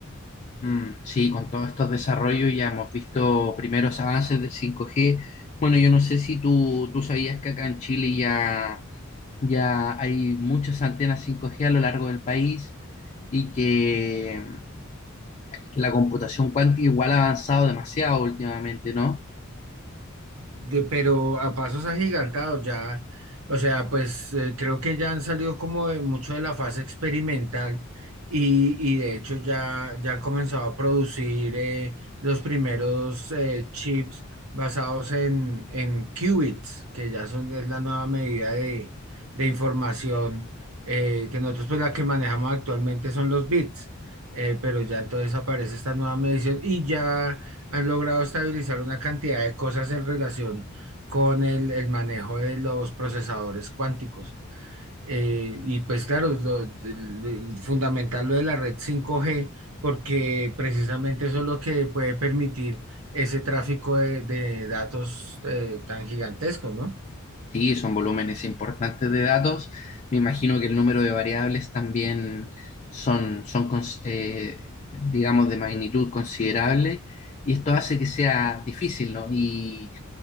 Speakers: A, on the left (about 35°); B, on the right (about 80°).
A: Mm, sí, con todos estos desarrollos ya hemos visto primeros avances del 5G. Bueno, yo no sé si tú, tú sabías que acá en Chile ya Ya hay muchas antenas cinco g a lo largo del país y que, que la computación cuántica igual ha avanzado demasiado últimamente, ¿no?
B: de- pero a pasos agigantados ya, o sea, pues eh, creo que ya han salido como de mucho de la fase experimental y, y de hecho ya, ya han comenzado a producir eh, los primeros eh, chips basados en, en qubits, que ya son, es la nueva medida de, de información eh, que nosotros pues la que manejamos actualmente son los bits. eh, pero ya entonces aparece esta nueva medición y ya han logrado estabilizar una cantidad de cosas en relación con el, el manejo de los procesadores cuánticos. Eh, y pues claro, lo, lo- fundamental lo de la red 5G, porque precisamente eso es lo que puede permitir ese tráfico de, de datos eh, tan gigantesco, ¿no?
A: Sí, son volúmenes importantes de datos. Me imagino que el número de variables también son, son cons- eh, digamos, de magnitud considerable y esto hace que sea difícil, ¿no? Y